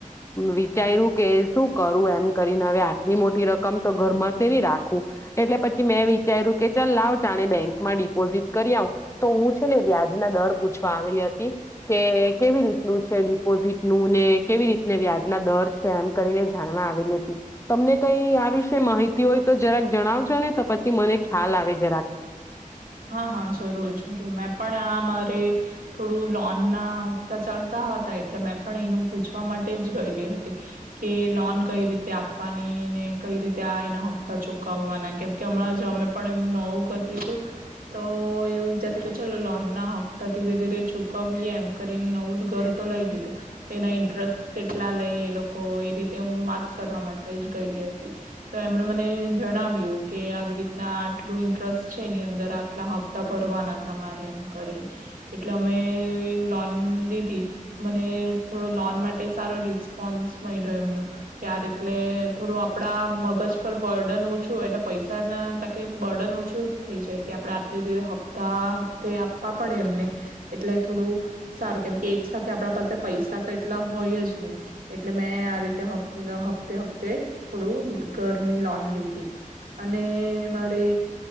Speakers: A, on the left; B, on the right.
A: વિચાર્યું કે શું કરું એમ કરીને હવે આટલી મોટી રકમ તો ઘરમાંસે નની રાખવું એટલે પછી મેં વિચાર્યું કે ચાલ લાવ જાણે બેંકમાં ડિપોઝિટ કરી આવું તો હું છે ને વ્યાજના દર પૂછવા આવેલી હતી કે કેવી રીતનું છે ડિપોઝિટનુંું ને કેવી રીતને વ્યાજ ના દર છે એમ કરીને જાણવા આવેલી હતી તમને કઈ આ વિશે માહિતી હોય તો જરાક જણાવજો ને તો પછી મને ખ્યાલ આવે જરાક
B: હા હા જરૂર જરૂર મેં પણ આ મારે થોડું લોન ના હપ્તા ચાલતા હતા એટલે મેં પણ એનું પૂછવા માટે જ ગયેલી હતી કે લોન કઈ રીતે આપવાની ને કઈ રીતે આ એના હપ્તા ચુકવવાના કેમ કે હમણાં જે અમે પણ એ નવું કર હતું તો એવું વિચાર કે ચલો લોન ના હપ્તા ધીરે ધીરે ચુકવીએ એમ કરીને નવું ઘર તો લઈ લીધું તો એના ઇન્ટરેસ્ટ કેટલા લે એ લોકો એ રીતે હું વાત કરવા માટે જ ગયેલી હતી તો એમણે મને જણાવ્યું કે આવી રીતના આટલું ઇન્ટરેસ્ટ છે એની અંદર આટલા હપ્તા ભરવાના તમારે એમ કરીને એટલે અમે લોન લીધી મને થોડો લોન માટે સારો રિસ્પોન્સ મળ્યો એમનો કે આ રીતે થોડું આપડા મગજ પર બર્ડન ઓછું એટલે પૈસા ના ત કે બર્ડન ઓછું આપણે આટ હપ્તા હપ્તે આપવા પડે એમને એટલે થોડું સારું કેમ કે એક સાથે આપડા પાસે પૈસા તો એટલા હોય જ નહી એટલે મેં આ રીતે હપ્તે હ્તે થોડું ઘરની લોન લીધી અને મારે